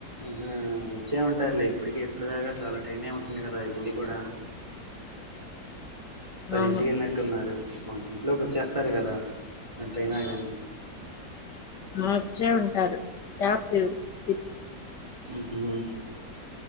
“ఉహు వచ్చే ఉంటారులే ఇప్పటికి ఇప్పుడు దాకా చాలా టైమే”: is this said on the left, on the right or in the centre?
Right